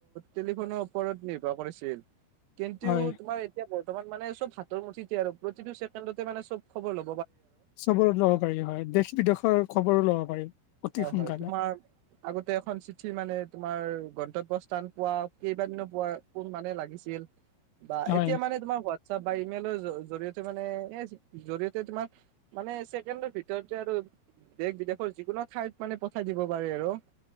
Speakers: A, on the right; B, on the left.
A: টেলিফোনৰ ওপৰত নিৰ্ভৰ কৰিছিল। কিন্তু
B: হয়
A: তোমাৰ এতিয়া ৰ্তমান মানে হাতৰ মুঠিতে আৰু প্ৰতিটো ছেকেডতে মানে চব খবৰ ল
B: চবৰে লব পাৰি হয় দেশ বিদেশৰ খবৰো ল'ব পাৰি অতি
A: হয়
B: সোনকালে।
A: হয় তোমাৰ আগতে এখন চিঠি মানে তোমাৰ গ গৰ্তব্য স্থান পোৱা কেইবাদিনো পোৱা কোন মানে লাগিছিল বা
B: হয়
A: এতিয়া মানে তোমাৰ চ বা ইমেইলৰ জৰিয়তে মানে এ জৰিয়তে তোমাৰ মানে ছেকেণ্ডৰ ভিতৰতে আৰু দেশ বিদেশৰ যিকোনো ঠাইত মানে পঠাই দিব পাৰে আৰু।